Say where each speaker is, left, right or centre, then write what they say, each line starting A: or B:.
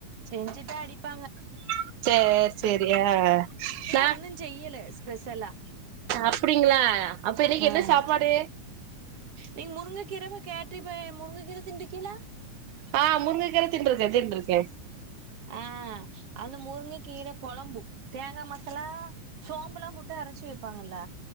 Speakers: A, on the right; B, on the right.
A: செஞ்சுட்டு அடிப்பாங்க
B: சரி சரி அ
A: ஒண்ணு செய்யல ஸ்பெஷலா
B: அப்டிங்களா அப்ப இன்னைக்கு என்ன
A: ஆமா
B: சாப்பாடு
A: நீங்க முருங்கை கீரைவை கேட்டறிப்ப முருங்கை கீரை திண்றுக்கீலா
B: ஆ முருங்கக்ககீர தின்ட்ருக்கே தின்ட்ருக்கே
A: ஆ அந்த முருங்கக்கீர கொழம்பு தேங்கா மசாலா சோம்புல்லா போட்டு அரைச்சு வப் ப்பாங்கல்ல